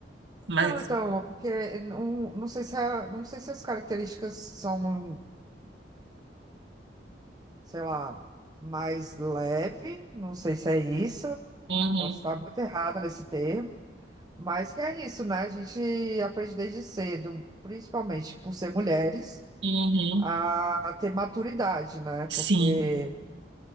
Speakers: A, on the right (about 80°); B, on the right (about 20°).
A: mais
B: Não, então, porque não, não sei se a- não sei se as características são, sei lá, mais leve, não sei se é isso,
A: Uhum,
B: posso estar muito errada nesse termo. Mas que é isso, né? A gente aprende desde cedo, principalmente por ser mulheres,
A: uhum,
B: a ter maturidade, né?
A: sim.
B: Porque,